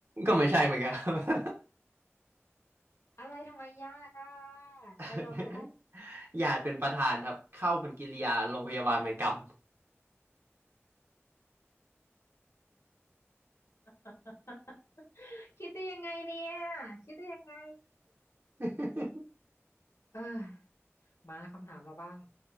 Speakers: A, on the right; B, on the left.
A: ก็ไม่ใช่เหมือนกันครับ
B: อะไรทำไมยากอะ
A: <laughs>
B: จะยอมก็ได้
A: หยาดเป็นประธานครับเข้าเป็นกิริยาโรงพยาบาลเป็นกรรม
B: <laughs> คิดได้ยังไงเนี่ยคิดได้ยังไง
A: <laughs>
B: เออมาคำถามเราบ้าง